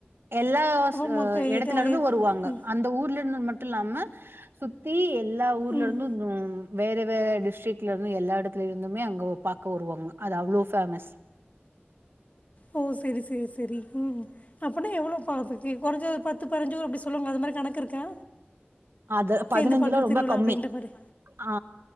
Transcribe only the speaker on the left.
அப்போ
மொத்தம்
இது ஆயிரத்தி
ம்
ம்
ஓ சேரி சேரி சேரி ‌ம் அப்பன்னா எவ்ளோ பாத்துக்கு கொரஞ்சது பத்து பத்தனஞ்சி ஊரு அப்பிடி சொல்லுவாங்களே அதுமாரி கணக்கு இருக்கா
சேர்ந்து பண்ணுற
திருவிழா
அப்படின்ற மாதிரி